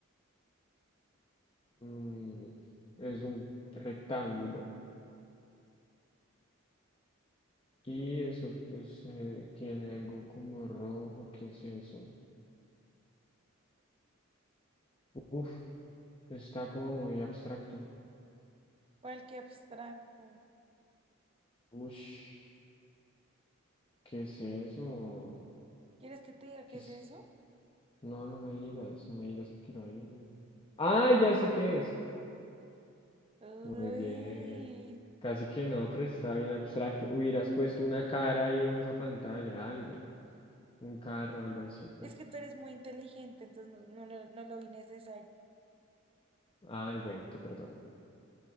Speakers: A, on the left (about 25°); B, on the right (about 25°).
A: mm, es un rectángulo y eso pues, eh, tiene algo como rojo, ¿qué es eso? Uf, está como muy abstracto.
B: ¿Cuál que abstracto?
A: Ush, ¿qué es eso?
B: ¿Quieres que te diga qué
A: ¿Qué
B: es
A: es?
B: eso?
A: No, no me digas, no me digas que quiero ir. Ah, ya sé qué es.
B: Uy,
A: Muy bien. Casi que no, pero sí está bien abstracto. Hubieras puesto una cara ahí en esa pantalla, algo. Un carro, algo así.
B: es que tú eres muy inteligente, entonces no, no, no, no lo vi necesario.
A: Ay, bueno, te perdono.